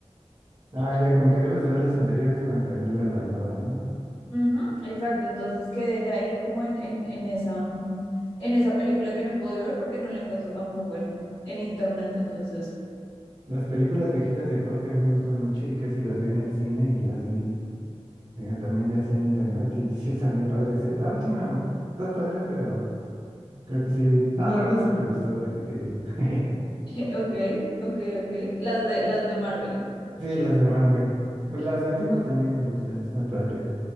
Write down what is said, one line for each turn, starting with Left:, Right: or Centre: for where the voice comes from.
Right: Ah, ya, como que debes de ver las anteriores para entenderle a la nueva, ¿no?
Left: Ujú, exacto, entonces quedé ahí como en, en, en esa, mm, en esa película que no he podido ver porque no la encuentro tampoco en, en internet, entonces,
Right: Las películas viejitas de Jorge a mí me gustan mucho y casi las vi en el cine y las vi eh, también ya sí en internet y <laughs> sí están bien padres, ¿eh? La última está padre, pero creo que sí. No, la verdad sí me gustó, para qué te digo. <laughs>
Left: <laughs> ok, ok, ok, las de, las de Marvel,
Right: Sí, las de Marvel. Bueno, Las antiguas también me gustan, están padres.